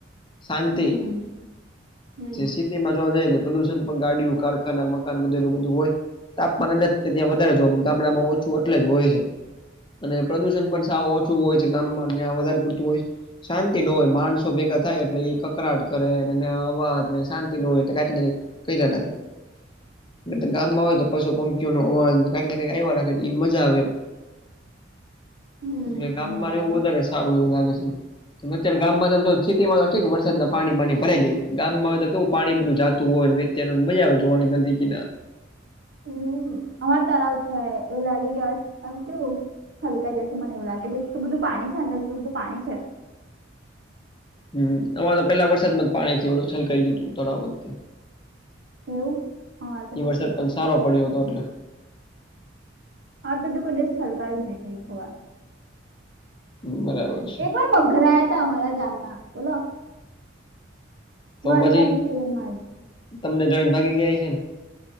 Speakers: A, on the left; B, on the right.
A: શાંતિથી
B: હમ હમ
A: શી તેમાં જોવા જાય કે પ્રદુષણ પણ ગાડીઓ કારખાના મકાન બધેલું બધું હોય તાપમાન એટલે ત્યાં વધારે જોવા ગામડામાં ઓછું એટલે જ હોય છે. અને પ્રદુષણ પણ સાવ ઓછું હોય છે ગામમાં વધારે પડતું હોય છે શા ઈ ન હોય માણસો ભેગા થાય એટલે એ કકરાટ કરે અવાજને શાંતિ ન હોય એ કઈક ને કઈક કરયા લાગે એ તો ગામમાં હોય તો પશુ પંખી નો અવાજ કઈકને કંઈક એવા રાખે એ મજા આવે એમ
B: હમ
A: એટલે ગામમાં
B: બરાબર
A: એવું વધારે સારું એવું લાગે છે. અત્યારે ગામમાં સમજો સિટીમાં તો થ વરસાદ ના પાણી પાણી ભરાઈ જાય ગામમાં આવેય તો કેવું પાણી બધું જાતું હોય ત્યારે મજા આવે જોવાની નદી કિનારે
B: હમ અમાર તળાવ છે એવું લાગે કે એમ કેવું છલકાઇ જશે મને એવું લાગે છે એલું બધું પાણી છે અંદાજું બધું પાણી છે
A: હમ્મ આમારે તો પેલા વરસાદમાં પાણીથી ઓલું છલકાય ગયું હતું તળાવ જ તે
B: એવું અમારે તો
A: એ
B: નહી
A: વરસાદ
B: છલકાયું
A: પણ સારો પડ્યો હતો એટલે.
B: હ તો જો કોઈ દિશ છલકાાવી નહી હોવા
A: બરાબર છે
B: એ પણ મઘર આયાતા અમારા ગામમાં બોલો
A: તો
B: વલસાદની
A: પછી
B: સિઝનમાંજ
A: તમને જોઈન ભાગી ગયા હશેને